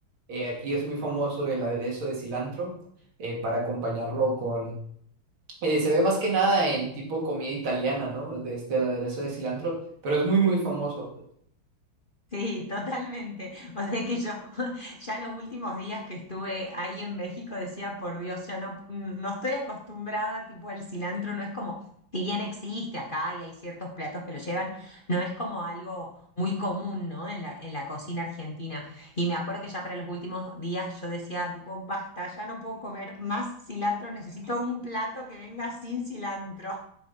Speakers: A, on the right (about 85°); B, on the left (about 30°).
A: eh, aquí es muy famoso el aderezo de cilantro eh, para acompañarlo con... eh, se ve más que nada en tipo comida italiana, ¿no? De este, el aderezo de cilantro, pero es muy, muy famoso.
B: Sí, totalmente. O sea que yo <laughs> ya los últimos días que estuve ahí en México decía, por Dios, ya no, mm, no estoy acostumbrada, tipo el cilantro no es como, si bien existe acá y hay ciertos platos que lo llevan, no es como algo muy común, ¿no? En la, en la cocina argentina. Y me acuerdo que ya para los últimos días yo decía, tipo, basta, ya no puedo comer más cilantro, necesito un plato que venga sin cilantro.